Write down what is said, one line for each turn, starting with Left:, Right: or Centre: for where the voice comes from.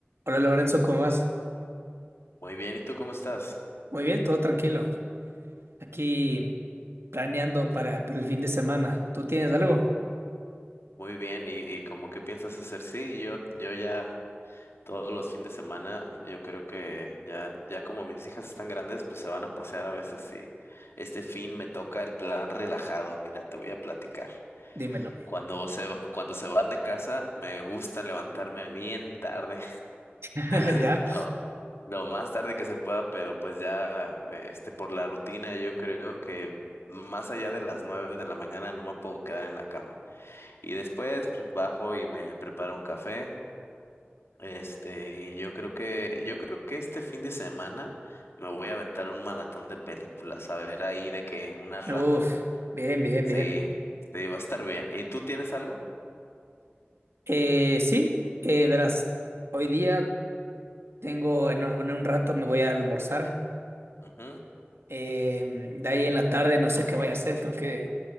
Right: Hola Lorenzo, ¿cómo vas?
Left: Muy bien, ¿y tú cómo estás?
Right: Muy bien, todo tranquilo. Aquí planeando para, para el fin de semana. ¿Tú tienes algo?
Left: Muy bien, ¿y, y cómo qué piensas hacer? Sí, yo, yo ya todos los fines de semana, yo creo que ya, ya como mis hijas están grandes, pues se van a pasear a veces y este fin me toca el plan relajado, mira, te voy a platicar.
Right: Dímelo.
Left: Cuando se, va- cuando se van de casa, me gusta levantarme bien tarde,
Right: <laughs>
Left: <laughs>
Right: ¿Ya?
Left: lo, lo más tarde que se pueda, pero pues ya, eh, este, por la rutina, yo creo que más allá de las nueve de la mañana no me puedo quedar en la cama. Y después pues, bajo y me preparo un café. Este, y yo creo que, yo creo que este fin de semana me voy a aventar un maratón de películas, a ver ahí de que unas
Right: Uf,
Left: random.
Right: bien, bien,
Left: Sí,
Right: bien.
Left: sí, va a estar bien. ¿Y tú tienes algo?
Right: Eh, sí, eh, verás, hoy día tengo, en, un en un rato me voy a almorzar.
Left: Ujú,
Right: Em, de ahí en la tarde no sé qué voy a hacer, creo que